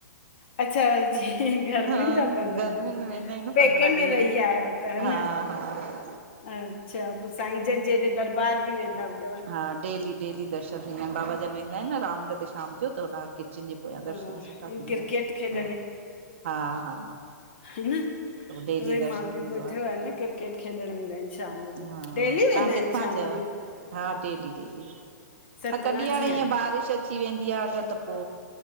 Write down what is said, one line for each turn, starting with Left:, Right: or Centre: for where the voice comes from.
Left: अच्छा जी। गर्मियुनि
Right: हा
Left: जा पंद्रहं
Right: गर्मियुनि
Left: ॾींहं,
Right: में वेंदा आहियूं न
Left: पेके
Right: पंद्रहं
Left: में
Right: वीह
Left: रही
Right: ॾींहं
Left: आयव त
Right: हा
Left: न?
Right: हा
Left: अच्छा पो साईं जन जे हेॾे दरबार बि वेंदा हूंद
Right: हा डेली डेली दर्शन थींदा आहिनि, बाबा जन वेंदा आहिनि न राउंड ते शाम जो त हुॾां किचन जे पोयां
Left: हा
Right: दर्शन सुठा
Left: इहे
Right: थींदा
Left: क्रिकेट
Right: आहिनि।
Left: खेॾण
Right: हा- हा।
Left: हिन न <inaudible>
Right: त डेली
Left: उहोई
Right: दर्शन
Left: मां बि
Right: थींदो
Left: ॿुधियो
Right: आहे
Left: आ न क्रिकेट खेॾण वेंदा आहिनि शाम जो,
Right: हा
Left: डेली वेंदा
Right: तव्हां
Left: आहिनि
Right: किथां
Left: शाम
Right: जा आहियो
Left: जो?
Right: हा, डेली- डेली
Left: सतना
Right: हा कॾहिं हाणे
Left: जी आहियां
Right: ईअं बारिश अचे अची वेंदी आ, त त पो,